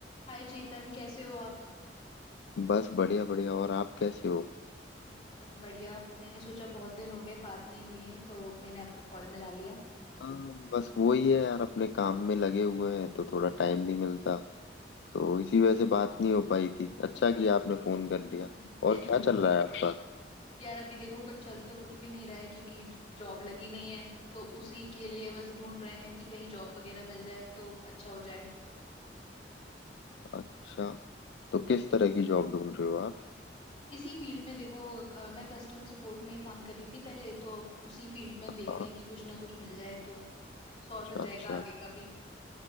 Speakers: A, on the left (about 35°); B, on the left (about 65°).
A: हाय चेतन कैसे हो आप
B: बस बढ़िया बढ़िया और आप कैसे हो
A: मैं एकदम बढ़िया मैंने सोचा बहुत दिन हो गए बात नहीं हुई है तो मैंने आपको कॉल मिला लिया
B: हाँ बस वही है यार अपने काम में लगे हुए हैं तो थोड़ा टाइम नहीं मिलता तो इसी वजह से बात नहीं हो पाई थी अच्छा किया आपने फोन कर लिया
A: <laughs>
B: और क्या चल रहा है आपका
A: यार अभी देखो कुछ चल तो कुछ भी नहीं रहा है क्योंकि जॉब लगी नहीं है तो उसी के लिए बस ढूंढ रहे हैं कि कहीं जॉब वगैरह मिल जाए तो अच्छा हो जाए
B: अच्छा तो किस तरह की जॉब ढूंढ रहे हो आप
A: इसी फील्ड में देखो अ, मैं कस्टमर सपोर्ट में ही काम कर रही थी पहले तो अब उसी फील्ड में
B: हाँ,
A: देख रहे हैं कि कुछ ना कुछ मिल जाए तो सॉर्ट
B: अच्छा
A: हो जाएगा
B: अच्छा
A: आगे का भी।